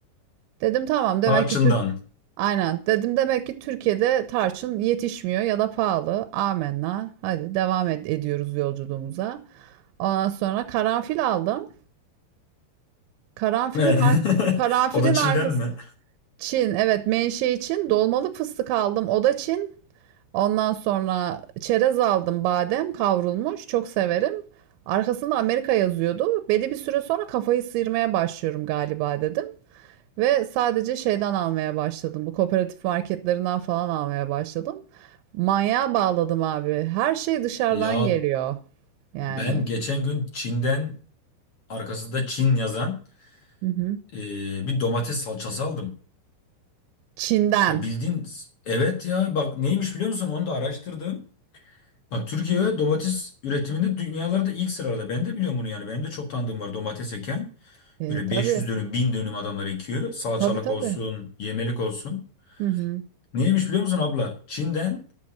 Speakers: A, on the right; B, on the left.
A: Dedim tamam demek
B: Tarçın'dan.
A: ki Türk Aynen dedim demek ki Türkiye'de tarçın yetişmiyor ya da pahalı. Amenna. Hadi devam ed- ediyoruz yolculuğumuza. Ondan sonra karanfil aldım. Karanfilin
B: <laughs>
A: ar karanfilin
B: O da Çin'den
A: arkası
B: mi?
A: Çin. Evet, menşe Çin. dolmalık fıstık aldım. O da Çin. Ondan sonra çerez aldım. Badem kavrulmuş. Çok severim. Arkasında Amerika yazıyordu. Belli bir süre sonra kafayı sıyırmaya başlıyorum galiba dedim. Ve sadece şeyden almaya başladım. Bu kooperatif marketlerinden falan almaya başladım. Manyağa bağladım abi. Her şey dışarıdan
B: Ya
A: geliyor. Yani.
B: ben geçen gün Çin'den arkasında Çin yazan
A: Hı hı.
B: e, bir domates salçası aldım.
A: Çin'den.
B: Ya bildiğin evet ya bak neymiş biliyor musun? Onu da araştırdım. Bak Türkiye domates üretiminde dünyalarda ilk sırada. Ben de biliyorum bunu yani. Benim de çok tanıdığım var domates eken.
A: E,
B: Öyle
A: tabii.
B: 500 dönüm, 1000 dönüm adamlar ekiyor. Salçalık
A: Tabii tabii.
B: olsun, yemelik olsun.
A: Hı hı.
B: Neymiş biliyor musun abla? Çin'den